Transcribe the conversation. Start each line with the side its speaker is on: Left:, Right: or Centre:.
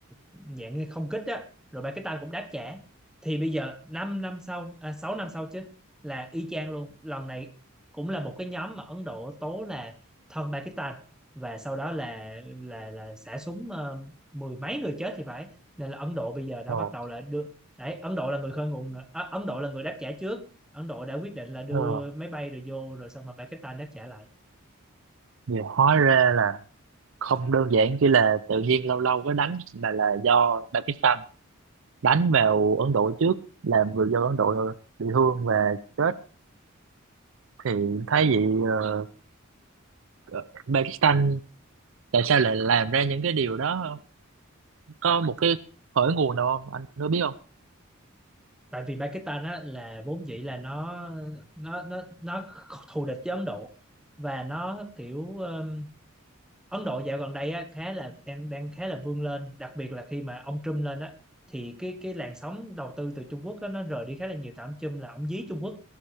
Centre: dạng như không kích á rồi Pakistan cũng đáp trả thì bây giờ 5 năm năm sau à, 6 năm sau chứ là y chang luôn lần này cũng là một cái nhóm mà Ấn Độ tố là thân Pakistan và sau đó là là là xả súng ờ, mười mấy người chết thì phải nên là Ấn Độ bây giờ đã
Right: Ồ.
Centre: bắt đầu là đưa đấy Ấn Độ là người khơi nguồn à, Ấn Độ là người đáp trả trước Ấn Độ đã quyết định là đưa
Right: Ờ.
Centre: máy bay rồi vô rồi xong rồi Pakistan đáp trả lại
Right: nhiều hóa ra là không đơn giản chỉ là tự nhiên lâu lâu cái đánh mà là do Pakistan đánh vào Ấn Độ trước làm người dân Ấn Độ bị thương và chết thì thấy vậy ờ, ờ, Pakistan tại sao lại làm ra những cái điều đó không? Có một cái khởi nguồn nào không? Anh có biết không?
Centre: tại vì Pakistan á, là vốn dĩ là nó nó nó nó thù địch với Ấn Độ và nó kiểu ờ, Ấn Độ dạo gần đây á, khá là đang đang khá là vươn lên đặc biệt là khi mà ông Trump lên á thì cái cái làn sóng đầu tư từ Trung Quốc á, nó rời đi khá là nhiều tại ông Trump là ông dí Trung Quốc